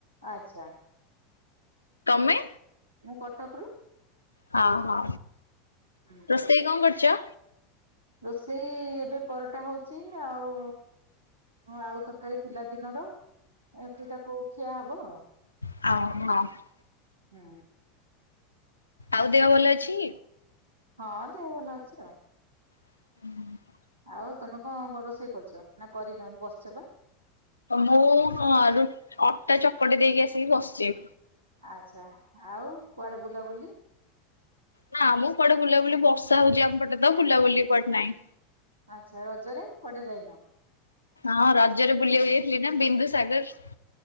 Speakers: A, on the right; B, on the left.
A: ଆଚ୍ଛା।
B: ତମେ
A: ମୁଁ କଟକରୁ।
B: ହ ହୋ
A: ହୁଁ।
B: ରୋଷେଇ କଣ କରଛ?
A: ରୋଷେଇ ଏବେ ପରଟା ହଉଛି ଆଉ ଆଳୁ ତରକାରୀ ଥିଲା ଦିନର, ଏମିତି ତାକୁ ଖିଆ ହବ ଆଉ।
B: ହଉ ହଁ <unintelligible>
A: ହୁଁ
B: ଆଉ ଦେହ ଭଲ ଅଛି?
A: ହଁ ଦେହ ଭଲ ଅଛି ଆଉ
B: ହୁଁ
A: ଆଉ ତମେ କଣ ରୋଷେଇ କରୁଛ ନା କରିନ ବସିଛ ପା?
B: ମୁଁ, ହଁ, ରୁ ଅଟା ଚକଟି ଦେଇକି ଆସିକି ବସିଛି।
A: ଆଚ୍ଛା ଆଉ କୁଆଡେ ବୁଲାବୁଲି?
B: ନା ମୁଁ କୁଆଡେ ବୁଲାବୁଲି ବର୍ଷା ହଉଛି ଆମ ପଟେ ତ ବୁଲାବୁଲି କୁଆଡ଼େ ନାହିଁ।
A: ଆଚ୍ଛା ରଜରେ କୁଆଡେ ଯାଇନ?
B: ହଁ ରଜରେ ବୁଲିବାକୁ ଯାଇଥିଲି ନା ବିନ୍ଦୁସାଗର।